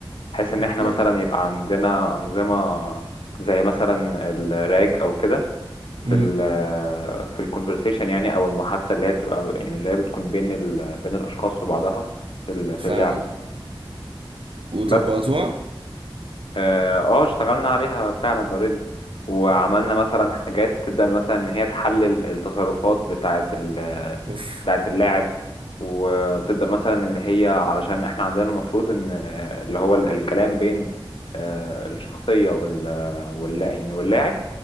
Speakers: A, on the left (about 65°); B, on the right (about 70°).
A: بحيث ان
B: اوكي
A: احنا مثلا يبقى عندنا انظمه زي مثلا الراج او كده
B: امم
A: في ال في الكونفرسيشن يعني او المحادثه اللي هي بتبقى- يعني اللي هي بتكون بين ال بين الاشخاص وبعضها في ال-
B: فاهمك
A: في اللعبه
B: وطبقتوها؟
A: بس اه آه، اشتغلنا عليها فعلا اوريدي وعملنا مثلا حاجات تبدأ من مثلا ان هي تحلل التصرفات بتاعة ال
B: أوف
A: بتاعة اللاعب وتبدأ مثلا اللي هي علشان احنا عندنا المفروض ان آه، اللي هو ال- الكلام بين آه، الشخصية وال واللا يعني واللاعب